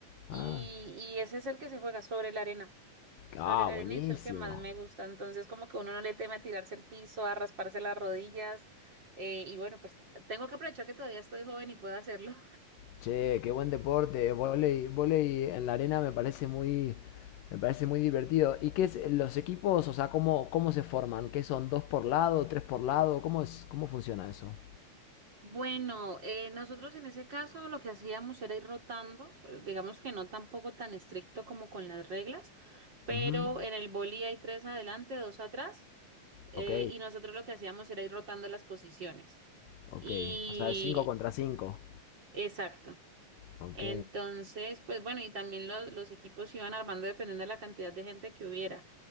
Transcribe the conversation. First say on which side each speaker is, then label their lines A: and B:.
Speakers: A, on the right; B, on the left.
A: y,
B: Ah,
A: y ese es el que se juega sobre la arena, sobre
B: ah,
A: la
B: buenísimo.
A: arena y es el que más me gusta. Entonces, como que uno no le teme a tirarse el piso, a rasparse las rodillas eh, y bueno, pues tengo que aprovechar que todavía estoy joven y puedo hacerlo.
B: Che, qué buen deporte, volei, volei en la arena me parece muy, me parece muy divertido. ¿Y qué es los equipos? O sea, ¿cómo, cómo se forman? ¿Qué son? ¿Dos por lado? ¿Tres por lado? ¿Cómo es, cómo funciona eso?
A: Bueno, eh, nosotros en ese caso lo que hacíamos era ir rotando, pero digamos que no tampoco tan estricto como con las reglas, pero
B: Ujú.
A: en el boli hay tres adelante, dos atrás, eh,
B: Ok,
A: y nosotros lo que hacíamos era ir rotando las posiciones.
B: ok.
A: Y
B: O sea, es cinco contra cinco
A: exacto.
B: Ok.
A: Entonces, pues bueno, y también lo- los equipos se iban armando dependiendo de la cantidad de gente que hubiera.